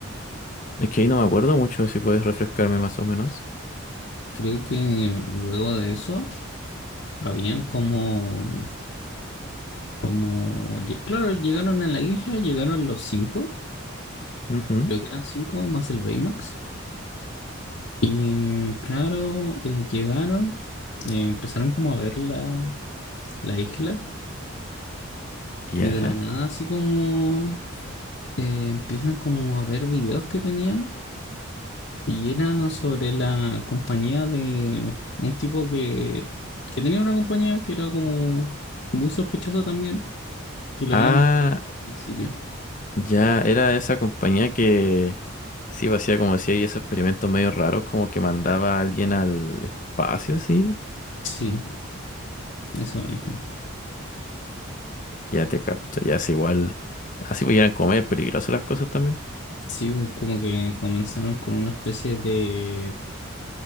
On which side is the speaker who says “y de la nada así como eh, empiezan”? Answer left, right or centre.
Left